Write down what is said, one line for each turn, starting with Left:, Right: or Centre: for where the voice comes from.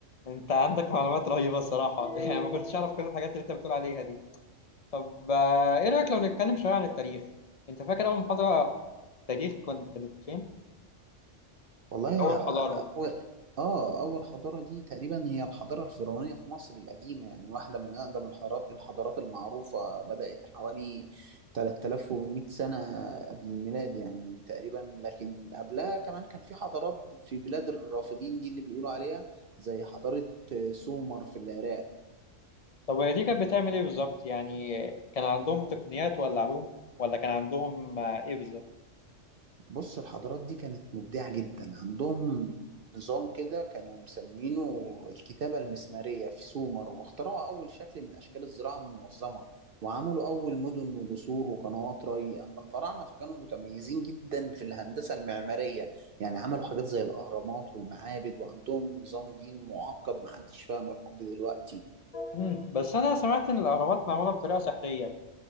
Left: انت عندك معلومات رهيبة الصراحة <laughs> يعني ما كنتش اعرف كل الحاجات اللي انت بتقول عليها دي طب آه ايه رأيك لو نتكلم شوية عن التاريخ انت فاكر اول محاضرة تاريخ كنت كانت فين
Right: والله ياه
Left: اول حضارة
Right: يا- أول آه أول حضارة دي تقريبا هي الحضارة الفرعونية في مصر القديمة يعني واحدة من أقدم الحضارات الحضارات المعروفة بدأت حوالي 3100 سنة قبل الميلاد يعني تقريبا لكن قبلها كمان كان في حضارات في بلاد الرافدين دي اللي بيقولوا عليها زي حضارة سومر في العراق
Left: طب هي دي كانت بتعمل ايه بالظبط يعني كان عندهم تقنيات ولا علوم ولا كان عندهم آه ايه بالظبط
Right: بص الحضارات دي كانت مبدعة جدا عندهم نظام كده كانوا مسمينه الكتابة المسمارية في سومر واخترعوا أول شكل من أشكال الزراعة المنظمة وعملوا أول مدن وجسور وقنوات ري أما الفراعنة فكانوا متميزين جدا في الهندسة المعمارية يعني عملوا حاجات زي الأهرامات والمعابد وعندهم نظام ديني معقد محدش فاهمه لحد دلوقتي
Left: مم، بس انا سمعت ان الاهرامات معمولة بطريقة سحرية